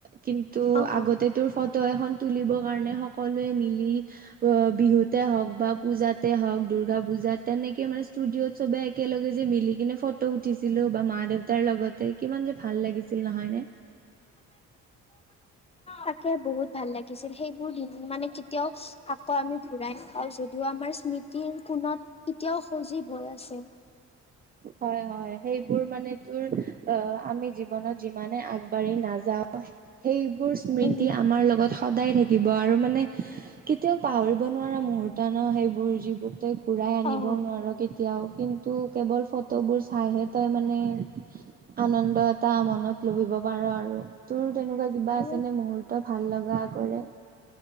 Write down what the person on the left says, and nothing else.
অ'।
তাকে বহুত ভাল লাগিছিল সেইবোৰ দিন মানে কেতিয়াও ক আমি ঘূৰাই নাপাও যদিও আমাৰ স্মৃতিৰ কোণত কেতিয়াও সজীৱয় আছে।
উম,
অ',
আৰু